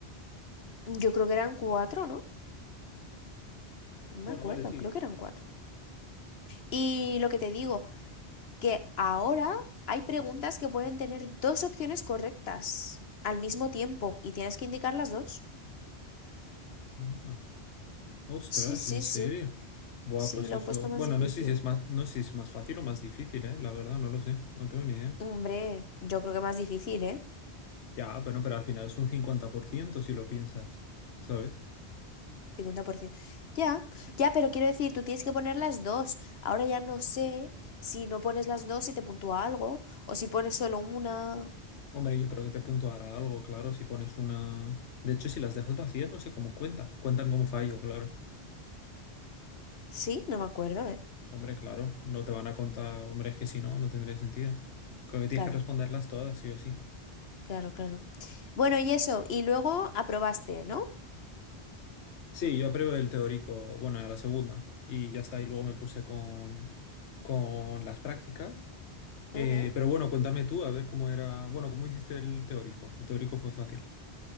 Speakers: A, on the left (about 65°); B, on the left (about 85°).
A: yo creo que eran cuatro, ¿no? No me
B: Bueno,
A: acuerdo,
B: vale, sí.
A: creo que eran cuatro. Y lo que te digo, que ahora hay preguntas que pueden tener dos opciones correctas al mismo tiempo y tienes que indicar las dos.
B: Anda. Ostras,
A: Sí, sí,
B: ¿en
A: sí.
B: serio? Buah,
A: Sí,
B: pues
A: lo
B: eso.
A: han puesto más
B: Bueno,
A: difícil.
B: no sé si es más, no sé si es más fácil o más difícil, ¿eh? La verdad, no lo sé. No tengo ni idea.
A: Hombre, yo creo que más difícil, ¿eh?
B: Ya, bueno, pero al final es un 50% si lo piensas, ¿sabes?
A: cincuenta por ciento Ya, ya, pero quiero decir, tú tienes que poner las dos. Ahora ya no sé si no pones las dos y te puntúa algo, o si pones solo una.
B: Hombre, yo creo que te puntuará algo, claro, si pones una... De hecho, si las dejas vacías, no sé cómo cuentan. Cuentan como fallo, claro.
A: Sí, no me acuerdo, ¿eh?
B: Hombre, claro, no te van a contar, hombre, es que si no, no tendría sentido. Creo que tienes
A: Claro,
B: que responderlas todas, sí o sí.
A: claro, claro. Bueno, y eso, y luego aprobaste, ¿no?
B: Sí, yo apruebo el teórico, bueno, a la segunda, y ya está, y luego me puse con, con las prácticas. Eh,
A: Ujú.
B: pero bueno, cuéntame tú, a ver cómo era, bueno, cómo hiciste el teórico. El teórico fue fácil.